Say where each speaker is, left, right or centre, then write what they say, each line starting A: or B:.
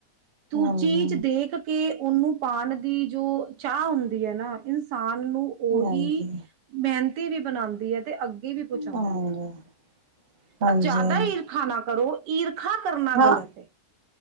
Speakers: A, on the right; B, on the right.
A: ਤੂੰ
B: ਹਾਂਜੀ
A: ਚੀਜ਼
B: ਹਾਂਜੀ
A: ਦੇਖ ਕੇ ਉਹਨੂੰ ਪਾਣ ਦੀ ਜੋ ਚਾਹ ਹੁੰਦੀ ਹੈ ਨਾ ਇਨਸਾਨ ਨੂੰ ਉਹੀ
B: ਹਾਂਜੀ
A: ਮੇਨ ਤੀ ਵੀ ਬਣਾਉਂਦੀ ਐ। ਅੱਗੇ ਵੀ ਪਹੁੰਚਾਉਂਦੀ
B: ਹਾਂਜੀ
A: ਐ,
B: ਹਾਂਜੀ
A: ਪਰ ਜ਼ਿਆਦਾ ਈਰਖਾ ਨਾ ਕਰੋ। ਈਰ ਖਾ ਕਰਨਾ
B: ਹਾਂ
A: ਗਲਤ ਐ।